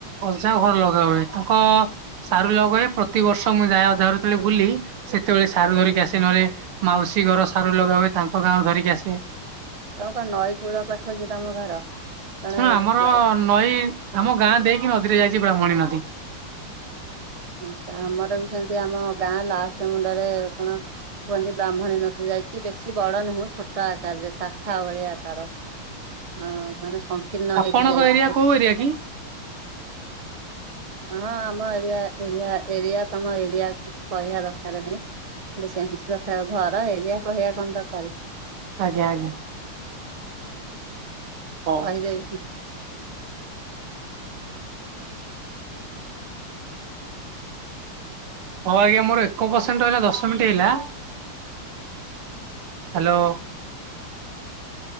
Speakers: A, on the right (about 80°); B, on the right (about 65°).
A: ଅଜା ଘର ଲଗା ହୁଏ ତାଙ୍କ ଅ ସାରୁ ଲଗାଏ ପ୍ରତିବର୍ଷ ମୁଁ ଯାଏ ଅଜା ଘରୁ ଯେତେ ବେଳେ ବୁଲି ସେତେବେଳେ ସାରୁ ଧରିକି ଆସି ନଏଲେ ମାଉସୀ ଘର ସାରୁ ଲଗା ହୁଏ ତାଙ୍କ ଗାଁ ରୁ ଧରିକି ଆସେ।
B: ତମର କଣ ନଈ କୂଳ ପାଖ କି ତମ ଘର। କଣ
A: ହଁ
B: ଆଚ୍ଛା
A: ଆମର ନଈ ଆମ ଗାଁ ଦେଇକି ନଦୀ ଟେ ଯାଇଛି। ବ୍ରାହ୍ମଣୀ ନଦୀ।
B: ଆଛା ଆମର ବି ସେମତି ଆମ ଗାଁ ଲାଷ୍ଟ ମୁଣ୍ଡରେ କଣ। କୁହନ୍ତି ବ୍ରାହ୍ମଣୀ ନଦୀ ଯାଇଛି ବେଶୀ ବଡ ନୁହଁ ଛୋଟ ଆକାରରେ ଶାଖା ଭଳିଆ ତାର। ଅ ମାନେ ସଂକୀର୍ଣ୍ଣ
A: ଆପଣଙ୍କ
B: ହେଇକି ଯାଇଛି
A: ଏରିଆ
B: ଛୋଟ।
A: କୋଉ ଏରିଆ କି?
B: ହଁ ଆମ ଏରିଆ। ଏରିଆ ଏରିଆ ତମ ଏରିଆ କିଛି କହିବା ଦରକାର ନାଇଁ। ଖାଲି ସେମିତି କଥା ହୁଅ ଘର ଏରିଆ କହିବା କଣ ଦରକାରେ।
A: ଆଜ୍ଞା ଆଜ୍ଞା। ହଉ।
B: କହିଦେବି କି।
A: ହଉ ଆଜ୍ଞା ମୋର ଏକ ପସେଣ୍ଟ ରହିଲା ଦଶ ମିନିଟ ହେଲା। ହା ଲୋ।